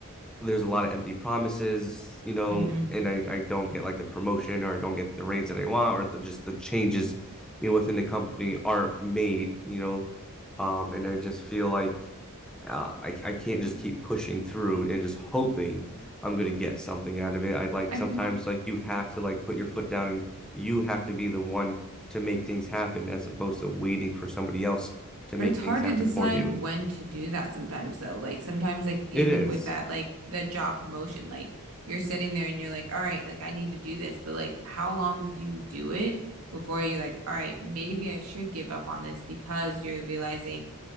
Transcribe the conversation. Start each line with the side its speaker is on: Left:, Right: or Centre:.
Centre: there's a lot of empty promises, you know,
Right: Mm-hmm.
Centre: and I, I don't get like the promotion or I don't get the raise that I want or the, just the changes, you know, within the company aren't made, you know, um, and I just feel like uh, I, I can't just keep pushing through and just hoping I'm going to get something out of it. I like
Right: I
Centre: sometimes
Right: feel,
Centre: like you have to like put your foot down and you have to be the one to make things happen as opposed to waiting for somebody else to
Right: But
Centre: make
Right: it's hard
Centre: things happen
Right: to decide
Centre: for you.
Right: when to do that sometimes though. Like sometimes like even
Centre: It is.
Right: with that like the job promotion, like you're sitting there and you're like, all right, like I need to do this, but like how long do you do it before you're like, all right, maybe I should give up on this because you're realizing,